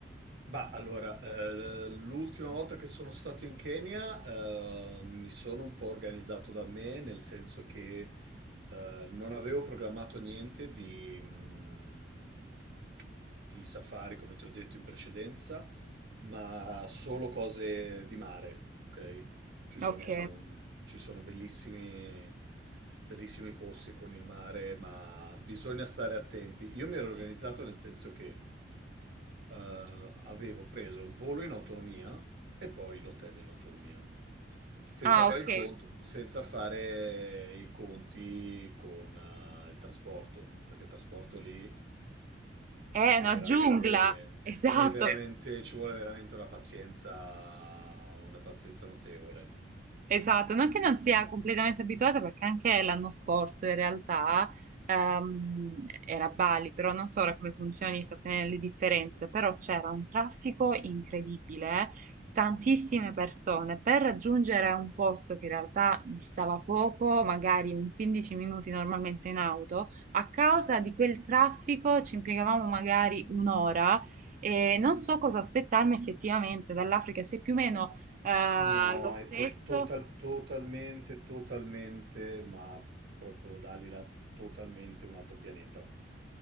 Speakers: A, on the right; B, on the right.
A: Bah, allora, eh, l'ultima volta che sono stato in Kenya, eh, mi sono un po' organizzato da me, nel senso che Eh, non avevo programmato niente di, mh, di safari, come ti ho detto in precedenza, ma solo cose di mare, ok? Ci sono,
B: Ok.
A: ci sono bellissimi, bellissimi posti con il mare, ma bisogna stare attenti. Io mi ero organizzato nel senso che eh, avevo preso il volo in autonomia e poi l'hotel in autonomia senza
B: Ah,
A: fare
B: ok.
A: il conto, senza fare i conti con eh, il trasporto, perché il trasporto lì
B: È una
A: è veramente,
B: giungla. Esatto.
A: è veramente, ci vuole veramente una pazienza, una pazienza notevole.
B: Esatto, non che non sia completamente abituata perché anche l'anno scorso in realtà ehm, era a Bali, però non so ora come funzioni esattamente le differenze, però c'era un traffico incredibile, tantissime persone per raggiungere un posto che in realtà distava poco, magari un 15 minuti normalmente in auto, a causa di quel traffico ci impiegavamo magari un'ora e non so cosa aspettarmi effettivamente dall'Africa, se più o meno... Eh,
A: No,
B: lo stesso?
A: è tut- total- totalmente, totalmente, ma proprio Dalila, totalmente un altro pianeta.